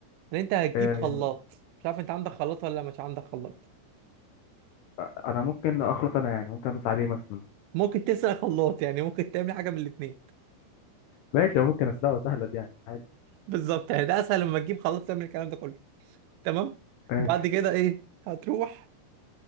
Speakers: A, on the right; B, on the left.
A: ان انت هتجيب
B: آه،
A: خلاط مش عارف انت عندك خلاط ولا مش عندك خلاط
B: انا ممكن اخلط انا يعني ممكن ادوس عليه مثلا
A: ممكن تسرق خلاط يعني ممكن تعمل حاجه من الاثنين
B: ماشي ممكن اسلقه سهله دي يعني عادي
A: بالظبط يعني ده اسهل لما تجيب خلاط تعمل الكلام ده كله تمام
B: ماشي
A: بعد كده ايه هتروح